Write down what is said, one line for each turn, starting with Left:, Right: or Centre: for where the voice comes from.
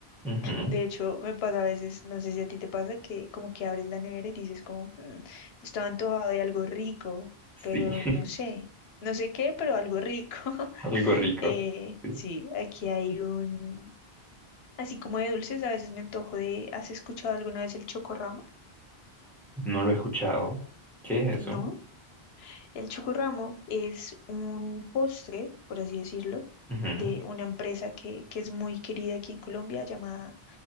Centre: Ujú,
Left: De hecho, me pasa a veces, no sé si a ti te pasa, que como que abres la nevera y dices como, "Mm, estaba antojado de algo rico,
Centre: Sí,
Left: pero
Centre: <laughs>
Left: no sé, no sé qué, pero algo rico. <laughs>
Centre: algo rico.
Left: Eh,
Centre: Sí,
Left: sí, aquí hay un, así como de dulces, a veces me antojo de, ¿has escuchado alguna vez el chocorramo?
Centre: no lo he escuchado. ¿Qué es eso?
Left: No, el chocorramo es un postre, por así decirlo,
Centre: Ujú,
Left: de una empresa que, que es muy querida aquí en Colombia llamada